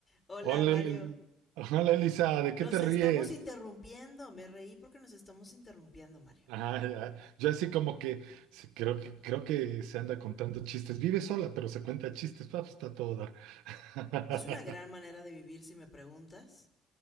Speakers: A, on the left; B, on the right.
A: Hola,
B: Hola,
A: Mario.
B: Eli- Hola, Elisa, ¿de
A: Nos
B: qué te ríes?
A: estamos interrumpiendo. Me reí porque nos estamos interrumpiendo, Mario.
B: Ajá, ya. Yo así como que sí, creo que creo que se anda contando chistes. Vive sola, pero se cuenta chistes. Ah, pues está a todo dar. <laughs>
A: Es una gran manera de vivir, si me preguntas.